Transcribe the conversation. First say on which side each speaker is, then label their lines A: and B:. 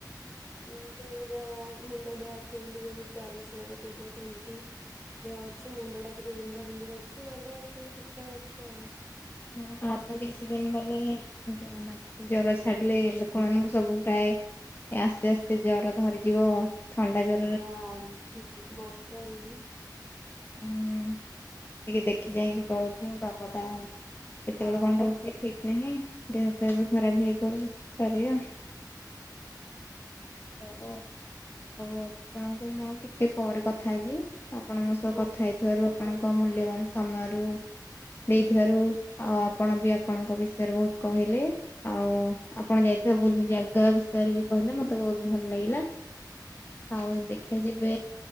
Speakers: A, in the centre; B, on the left.
A: ଏମତି ଦେହ ମୁଣ୍ଡ ଦେହ ହାତ ଏମତି ଯେମତି ଦରଜ୍ ଲାଗେ ପିଡା ସେମିତି ଦେହ ଅଛି ମୁଣ୍ଡଟା ଟିକେ ବିନ୍ଧା ବିନ୍ଧି କରୁଚି ନହେଲେ ଆଉ ସବୁ ଠିକ ଠାକ ଅଛି ଆଉ।
B: ହଁ ଆଉ ତ କିଛି ଦିନ ଗଲେ ଜଗନ୍ନାଥ କୁ ଜର ଛାଡିଲେ ଲୋକମାନଙ୍କୁ ସବୁ ପ୍ରାୟେ ଏ ଆସ୍ତେ ଆସ୍ତେ ଜର ଧରିଯିବ ଥଣ୍ଡା ଜ
A: ହଁ ଝିପିଝିପି ବର୍ଷା ହେଲି
B: ହୁଁ ଟିକେ ଦେଖି ଚାହିଁକି ଚଳୁଥିବେ ପାଗଟା କେତେବେଳେ
A: ହଁ
B: କଣ ରହୁଚି ଠିକ ନାହିଁ ଦେହ ପାଆ ବି ଖରାପ ହେଇ ପଡୁ ପାରିବ। ହୋଉ ଆଉ ହୋଉ ଆପଣଙ୍କୁ ମୁଁ ଆଉ ଟିକେ ପରେ କଥା ହେବି। ଆପଣ ମୋ ସହ
A: ହଁ
B: କଥା ହେଇଥିବାରୁ ଆପଣଙ୍କ ମୂଲ୍ୟବାନ ସମୟରୁ ଦେଇଥିବାରୁ ଆଉ ଆପଣ ବି ଆପଣଙ୍କ ବିଷୟରେ ବୋହୁତ କହିଲେ। ଆଉ ଆପଣ ଯାଇଥିବା ବୁଲି ଜାଗା ବିଷୟରେ ବି କହିଲେ ମତେ ବୋହୁତ ଭଲ ଲାଗିଲା। ଆଉ ଦେଖିଆ ଯେବେ